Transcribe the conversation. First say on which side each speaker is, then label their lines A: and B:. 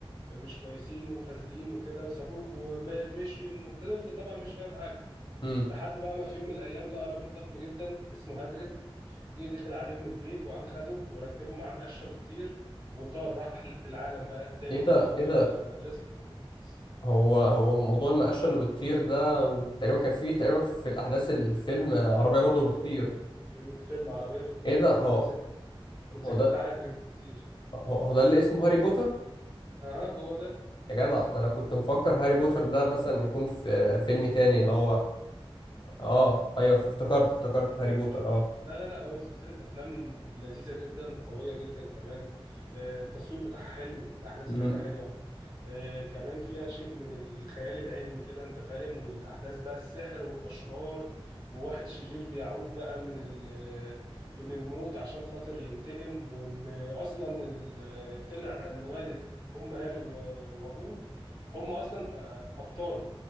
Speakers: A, on the right; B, on the left.
A: مش كويسين وفاسدين وكده وسابوك ومشي الطفل طبعا مش فاهم حاجة
B: امم
A: لحد بقى ما في يوم من الايام لقى راجل ضخم جدا اسمه هاجريد جه دخل عليهم البيت وقام خده وركبه معاه مقشه بتطير وطار راح للعالم بقى التاني
B: ايه ده
A: اللي هو
B: ايه ده
A: مدرسة هوجورتس
B: هو هو موضوع المقاشة اللي بتطير ده وتقريبا كان فيه تقريبا في الاحداث الفيلم عربية برضو
A: هو
B: بتطير
A: من الفيلم عربية بتطير
B: ايه ده
A: وفي
B: هو
A: الموتوسيكل الموتوسيكل
B: هو ده
A: بتاع هاجرد بيطير
B: هو هو ده اللي اسمه هاري بوتر
A: اها هو ده
B: يا جدع ده انا كنت مفكر هاري بوتر ده مثلا يكون في فيلم تاني اللي هو اه ايوه افتكرت افتكرت هاري بوتر اه
A: لا لا لا هو سلسلة أفلام لذيذة جدا وقوية جدا كمان آه، التصوير بتاعها حلو الأحداث
B: امم
A: بتاعتها حلوة آه، كمان فيها شيء من الخيال العلمي كده أنت فاهم والأحداث بقى السحر والأشرار وواحد شرير بيعود بقى من ال- من الموت عشان خاطر ينتقم وإن أصلا ال- طلع إن والد أم هاري و- وأبوه هم أصلا آه، أبطال